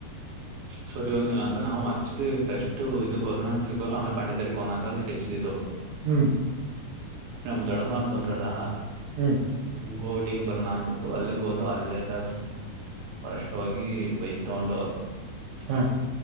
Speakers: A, on the right; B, on the right.
A: ಸರಿ ಹೋಗಿಲ್ಲ ಅಂತ ನಾವು ಆಕ್ಚುಲಿ ಪ್ರಶ್ ಇ ಇದು ಕೊರೋನಾ ಅ ೇರ್ ಪಂಡಚರ್ೋ ಅಂತ ಸ್ಕೆಚ್ ಇಿದ್ದದು
B: ಹ್ಮ್
A: ನಮ ದೊಡಮಾರ್ ಬಂದ್ರಲ್ಲಾ
B: ಹ್ಮ್
A: ಗೋಟಿಂಗ್ ಬರೋಣ ಅಂದ್ಬಿಟ್ಟು ಅಲ್ಲಿಗೆ ಹೋದು ಅಲ್ಲೆಲ್ಲ ಬಳಷ್ಟವಾಗಿ ಬೈಕ್ ತಗೊಂಡು
B: ಹ್ಮ